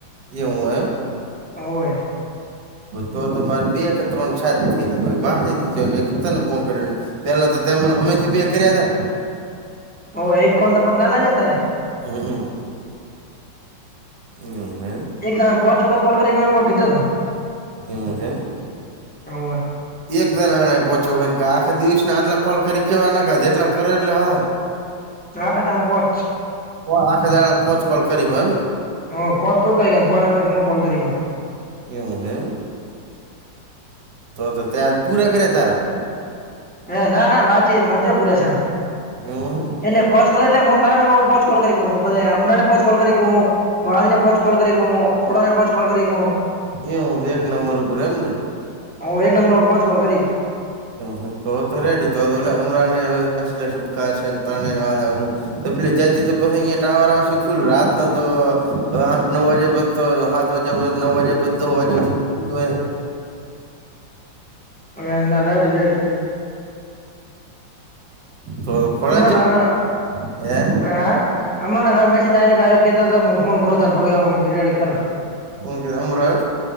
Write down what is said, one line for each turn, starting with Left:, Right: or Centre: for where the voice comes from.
Right: એવું એમ.
Centre: હોવે.
Right: તો તો મારે બે કે ત્રણ છ જ છે. એલે વાત એક તને ફોન કરીને. પેલા તો તેમને હમેથી બે કર્યા હતા ને.
Centre: ઓ એક કોલ તો પત ના લજ તને.
Right: હમ, હમ. એવ છે એમ.
Centre: એક ના બહો જગત કોલ કરી દીધી.
Right: એવુ છે એમ.
Centre: ઓવે
Right: એક જને એ પોચો કે આખા દિવસ આટલા કોલ કરી કેવા નાખા જેટલા કરો, એટલે હ.
Centre: ત્રણખાતા પોચ.
Right: ઓ આખે જા ફોચ કોલ કરી ગયો એમને.
Centre: હ, પાચ તો કરી ગયા. પાંચ વખત કોલ કરી ગઉ.
Right: એવું છે એમ તો તો તે આજ પૂરા કરે તારા
Centre: હ ના ના બાકી મારા તો પુરા થયા.
Right: એવું હ.
Centre: એટલે પોચ કોલ એટલે મો તાર પો કો કરી મુે અમરાને પો કોલ કરી. ગણા નેહોચ કોલ કરી કહ ખોડા નેહો કોલ કરી કહું.
Right: એવું એક નંબર ઉપર એમને
Centre: હો એક નંબર પર પાંચ કલ કરી ગયો.
Right: હ તો તો રેડી તોતો અમરાને શુભ કર ત્રણેને અમુક. તો પલે જજે તો પછ અહિયાંયા ટાવર આવશે ફૂલ રાતના તો આઠ નવ વાગે તો સાત વાગ્યા નવ વાગે દો વાગે થું
Centre: હદ અડી જ અડી અમ
Right: તો ખોળન
Centre: હો
Right: છે
Centre: હ
Right: હે
Centre: હમણાને હવે મેસેજ આવ કેતા હતો હું ફોન કરો તને થોડી રેડી કરો.
Right: હું કમ રું